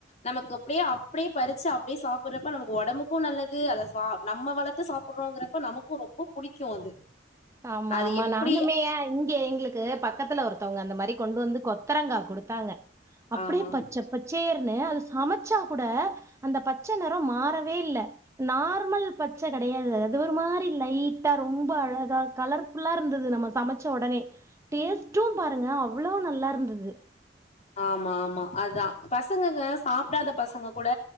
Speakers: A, on the left; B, on the right.
A: நமக்கு அப்டியே அப்டியே பறிச்சு அப்டியே சாப்பறப்ப நமக்கு உடம்புக்கும் நல்ல து அத நம்ம வளத்து சாப்புறோங்கிறப்ப நமக்கு ரொம்ப புடிக்கு அது
B: ஆமா
A: அது
B: ஆமா
A: எப்டி
B: நானுமேயா இங்க எங்களுக்கு பக்கத்துல ஒருத்தவுங்க அந்த மாரி கொண்டு வந்து கொத்தரங்கா கொடுத்தாங்க அப்டியே
A: ஆமா
B: பச்ச பச்சேர்ன்னு அது சமச்சா கூட அந்த பச்ச நெறோ மாறவே இல்ல நார்மல் பச்ச கெடையாது அது ஒரு மாரி லைட்டா ரொம்ப அழகா கலர் ஃபுல்லா இருந்தது நம்ம சமச்ச உடனே டேஸ்ட்டும் பாருங்க அவ்ளோ நல்லா இருந்தது
A: ஆமா ஆமா அதா பசங்கங்க சாப்டாத பசங்க கூட